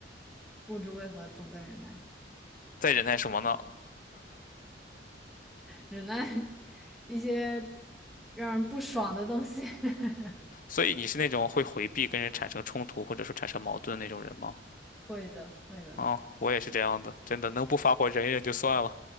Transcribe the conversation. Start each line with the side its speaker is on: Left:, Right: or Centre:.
Centre: 不知为何总在忍耐，
Left: 在忍耐什么呢？
Centre: 忍耐 <laughs> 一些让人不爽的东西。<laughs>
Left: 所以你是那种会回避跟人产生冲突或者说产生矛盾的那种人吗？
Centre: 会的，会的，
Left: 哦，我也是这样的，真的能不发火忍一忍就算了。